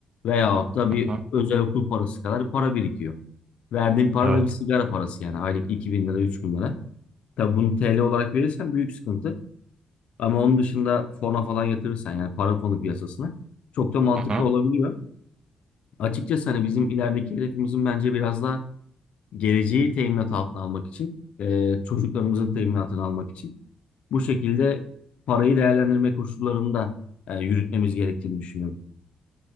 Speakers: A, on the left (about 70°); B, on the right (about 40°).
A: veyahut da bir
B: Hı,
A: özel okul parası kadar para birikiyor. Verdiğin para
B: evet.
A: da bir sigara parası yani aylık 2000 lira 3000 lira. Tabii bunu TL olarak verirsen büyük sıkıntı. Ama onun dışında fona falan yatırırsan yani para fonu piyasasına çok da mantıklı
B: Hı.
A: olabiliyor. Açıkçası hani bizim ilerideki hedefimizin bence biraz daha geleceği teminat altına almak için, e, çocuklarımızın teminatını almak için bu şekilde parayı değerlendirme koşullarında e, yürütmemiz gerektiğini düşünüyorum.